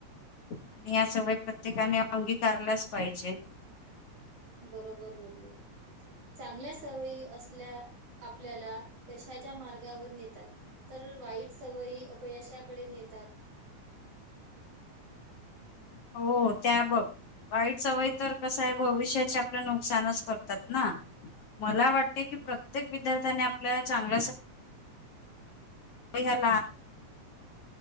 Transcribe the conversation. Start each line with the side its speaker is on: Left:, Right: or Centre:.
Left: आणि या सवय प्रत्येकाने
Right: हो ना
Left: अंगीकारलाच पाहिजे.
Right: बरोबर बोलली. चांगल्या सवयी असल्या आपल्याला यशाच्या मार्गावर नेतात. तर वाईट सवयी अपयशाकडे नेतात.
Left: हो त्या बघ. वाईट सवय तर कस आहे भविष्याचे आपलं नुकसानच करतात ना मला वाट-
Right: हम्म
Left: प्रत्येक विद्यार्थ्या आपल्या चांग- वई हला <unintelligible>